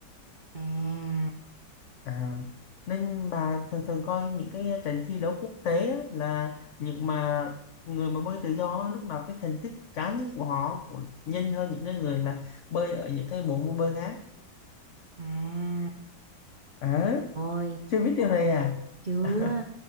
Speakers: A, on the right; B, on the left.
A: À.
B: à, nên bà thường thường coi những cái trận thi đấu quốc tế á, là những mà người mà bơi tự do á, lúc nào cái thành tích cá nhân của họ cũng nhanh hơn những cái người là bơi ở những cái bộ môn bơi khác
A: À.
B: à,
A: Ôi.
B: chưa biết điều này à
A: Chưa.
B: <laughs>